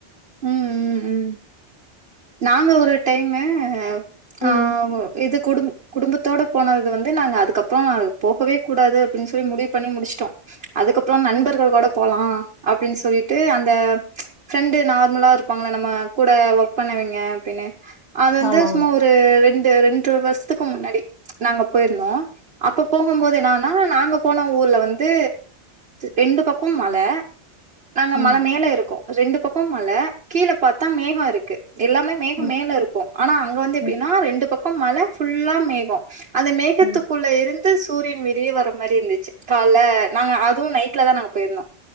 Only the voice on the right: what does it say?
ம் ம் ம் நாங்க ஒரு டைமு ஆ
இது குடும்-குடும்பத்தோட போனது வந்து நாங்க அதுக்கப்றோ போகவே கூடாது அப்டினு சொல்லி முடிவு பண்ணி முடிச்சுட்டோ அதுக்கப்றோ நண்பர்கள் கூட போலாம் அப்டின்னு சொல்லிட்டு அந்த ஃப்ரெண்டு நார்மலா இருப்பாங்கள நம்ம கூட ஒர்க் பண்ணுவிங்க அப்டின்னு அது வந்து
சும்மா ஒரு ரெண் ரெண்டற வருஷத்துக்கு முன்னாடி நாங்க போயிருந்தோ அப்ப போகும்போது என்னான்னா நாங்க போன ஊர்ல வந்து ரெண்டு பக்கம் மல நாங்க
மல மேல இருக்கோ ரெண்டு பக்கம் மல கீழே பாத்தா மேகோ இருக்கு எல்லாமே மேகோம்
மேல இருக்கும் ஆனா அங்க வந்து எப்டின்னா
ரெண் அந்த பக்கம் மல ஃபுல்லா மேகோம் அந்த மேகத்துக்குள்ள
இருந் து சூரியன் வெளிய வர மாரி இருந்துச்சு கால்ல நாங்க அதுவு நைட்ல தா நாங்க போயிருந்தோ